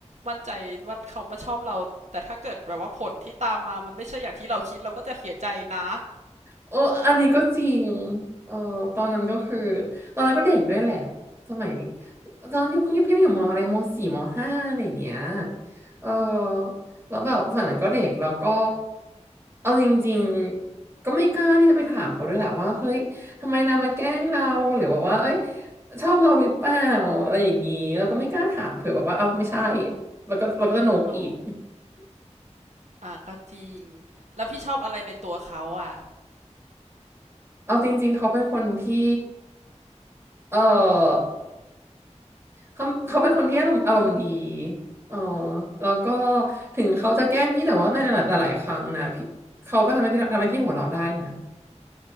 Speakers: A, on the right; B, on the right.
A: มั่นใจว่าเขามาชอบเราแต่ถ้าเกิดแบบว่าผลที่ตามมามันไม่ใช่อย่างที่เราคิดเราก็จะเสียใจนะ
B: โอ้อันนี้ก็จริงเออตอนนั้นก็คือตอนนั้นก็เด็กด้วยแหละสมัยตอนนั้นอยู่พี่พี่อยู่มอะไรมสี่มห้าอะไรอย่างเงี้ยเออแล้วแบบสมัยนั้นก็เด็กแล้วก็เอาจริงๆก็ไม่กล้าที่จะไปถามเขาด้วยแหละว่าเฮ้ยทำไมนายมาแกล้งเราหรือแบบว่าเอ้ยชอบเราหรือเปล่าอะไรอย่างงี้แล้วก็ไม่กล้าถามเผื่อแบบว่าเอาไม่ใช่แล้วก็แล้วก็จะโหนกอีก
A: อ๋ออ่ะก็จริงแล้วพี่ชอบอะไรในตัวเขาอ่ะ
B: เอาจริงๆเขาเป็นคนที่เออ เขาเขาเป็นคนที่อารมณ์อารมณ์ดีอ๋อแล้วก็ถึงเขาจะแกล้งพี่แต่ว่าในหลายๆครั้งนะพี่เขาก็ทำให้พี่ทำให้พี่หัวเราะได้นะ